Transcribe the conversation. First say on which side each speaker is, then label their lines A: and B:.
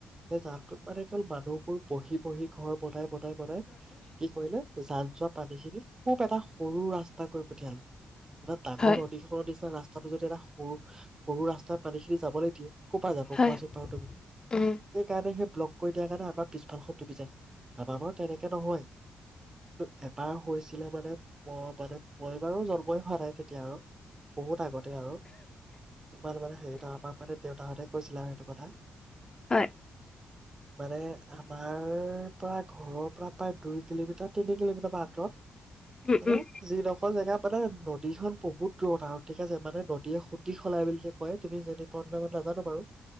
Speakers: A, on the right; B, on the left.
A: সেই জান ত মানে কেল মানুহবোৰ বহি বহি ঘৰ বনাই বনাই বনাই কি কৰিলে। জান জোৱা পানী খিনি খুব এটা সৰু ৰাস্তা কৰি পঠিয়ালে। এটা ডাঙৰ
B: হয়,
A: নদী খন নিচিনা ৰাস্তা। ৰাস্তটো যদি এটা সৰু সৰু ৰাস্তাই পানী খিনি যাবলৈ দিয়ে ক'ৰ পৰা যায়। কোৱাছো
B: হয়,
A: বাৰো তুমি,
B: উম,
A: সেইকাৰণে সেই ব্লক কৰি দিয়া। কাৰণে আমাৰ পিছফাল খন ডুবি যায় আমাৰ বাৰু তেনেকে নহয়। কি এবাৰ হৈছিলে। মানে ম মানে মই বাৰো জন্মই হোৱা নাই তেতিয়া আৰু বহুত আগতে আৰু ইমান মানে হেৰি তা আমাৰ মানে দেউতাহঁতে কৈছিলে। আৰু টো কথা
B: হয়,
A: মানে আমাৰ পৰা ঘৰৰ পৰা প্ৰায় দুই কিলোমিটাৰ তিনি কিলোমিটাৰ মান আতৰত।
B: উম, উম,
A: হে যি এখন জেগা মানে নদীখন বহুত ৰ'দ আৰু ঠিক আছে। মানে নদীয়ে সুতি সলাই বুলি যে কয়। তুমি যে পালে মই নাজানো বাৰু